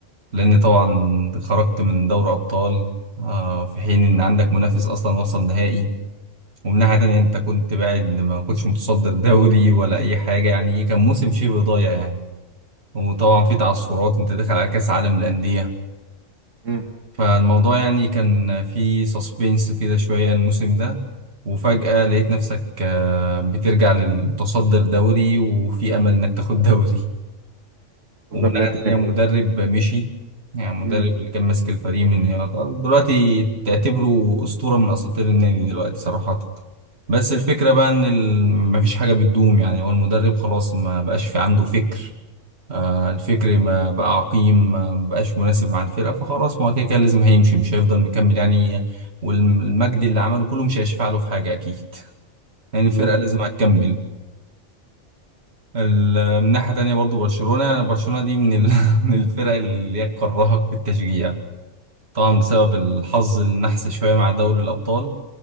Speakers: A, on the right (about 55°); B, on the right (about 80°).
A: لأني طبعا خرجت من دوري أبطال آه
B: مم.
A: في حين إن عندك منافس أصلا وصل نهائي ومن ناحية تانية انت كنت بعد ما كنتش متصدر دوري ولا اي حاجة يعني كان موسم شبه ضايع يعني وطبعا في تعثرات انت داخل على كأس عالم للأندية
B: مم.
A: فالموضوع يعني كان في سسبينس كده شوية الموسم ده وفجأة لقيت نفسك آه، بترجع للمتصدر دوري وفي أمل انك تاخد دوري
B: تفضل
A: ومن ناحية
B: لا تكلم
A: تانية مدرب مشي يعني المدرب
B: مم.
A: اللي كان ماسك الفريق من يعني يعتبر دلوقتي تعتبره أسطورة من أساطير النادي دلوقتي صراحة بس الفكرة بقى إن ال- مفيش حاجة بتدوم يعني هو المدرب خلاص ما بقاش في عنده فكر آه الفكر ما بقى عقيم ما بقاش مناسب مع الفرقة فخلاص ما هو كده كده لازم هيمشي مش هيفضل مكمل يعني والمجد اللي عمله كله مش هيشفع له في حاجة أكيد يعني
B: بالظبط
A: الفرقة لازم هتكمل ال- من ناحية تانية برضو برشلونة برشلونة دي من ال... <laughs> من الفرق اللي هي تكرهك في التشجيع طبعا بسبب الحظ النحس شوية مع دوري الأبطال